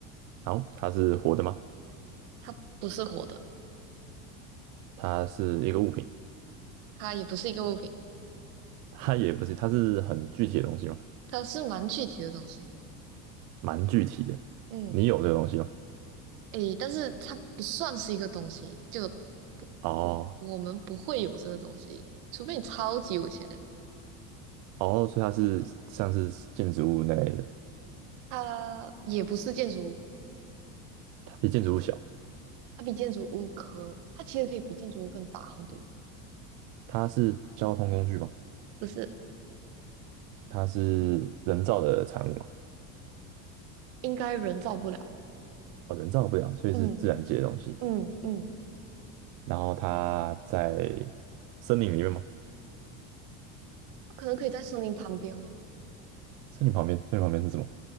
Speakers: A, on the right; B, on the right.
A: 好，它是活的吗？
B: 它不是活的，
A: 它是一个物品，
B: 它也不是一个物品，
A: 它也不是，它是很具体的东西吗？
B: 它是蛮具体的东西。
A: 蛮具体的，
B: 嗯，
A: 你有这个东西吗？
B: 诶，但是它不算是一个东西，就
A: 哦
B: 我我们不会有这个东西，除非你超级有钱。
A: 哦，所以它是像是建筑物那类的，
B: 它也不是建筑，物，
A: 它比建筑物小。
B: 它比建筑物可，它其实可以比建筑物更大很多，
A: 它是交通工具嘛，
B: 就是
A: 它是人造的产物嘛，
B: 应该人造不了。
A: 哦，人造不了，所以是自然界的东西。
B: 嗯嗯嗯，
A: 然后它在森林里面吗？
B: 它可能可以在森林旁边了。
A: 森林旁边，森林旁边是什么？